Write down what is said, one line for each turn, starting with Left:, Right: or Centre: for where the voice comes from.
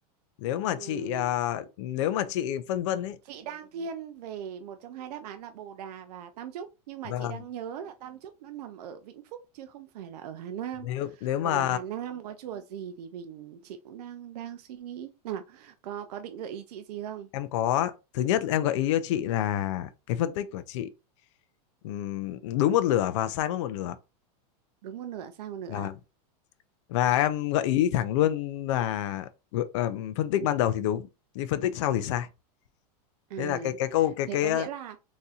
Left: nếu mà
Right: Ừm,
Left: chị à, nếu mà chị phân vân ấy.
Right: chị đang thiên về một trong hai đáp án là Bồ Đà và Tam Chúc, nhưng mà
Left: Vâng.
Right: chị đang nhớ là Tam Chúc nó nằm ở Vĩnh Phúc chứ không phải là ở Hà Nam.
Left: Nếu nếu mà
Right: Còn ở Hà Nam có chùa gì thì mình chị cũng đang đang suy nghĩ. Nào, có có định gợi ý chị gì không?
Left: em có thứ nhất là em gợi ý cho chị là cái phân tích của chị ừm, đúng một lửa và sai mất một lửa.
Right: Đúng một nửa sai một nửa.
Left: Vâng. Và em gợi
Right: Ừ.
Left: ý thẳng luôn là ờ, phân tích ban đầu thì đúng nhưng phân tích sau thì sai.
Right: À,
Left: Nên là cái cái câu cái
Right: thế
Left: cái
Right: có
Left: ờ,
Right: nghĩa là